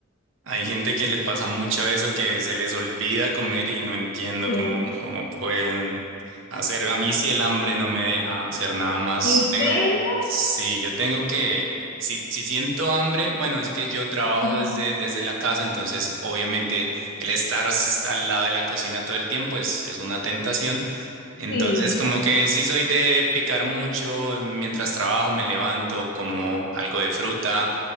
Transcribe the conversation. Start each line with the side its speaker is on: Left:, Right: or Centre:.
Right: Hay gente que le pasa mucho eso, que se les olvida comer y no entiendo
Left: Sí.
Right: cómo, cómo pueden hacer. A mí si el hambre no me deja hacer nada más.
Left: ¿En
Right: Tengo,
Left: serio?
Right: sí, yo tengo que, si, si siento hambre, bueno, es que yo trabajo
Left: Ajá.
Right: desde, desde la casa, entonces obviamente el estar s- al lado de la cocina todo el tiempo es, es una tentación. Entonces,
Left: Sí.
Right: como que sí soy de picar mucho, mientras trabajo me levanto, como algo de fruta,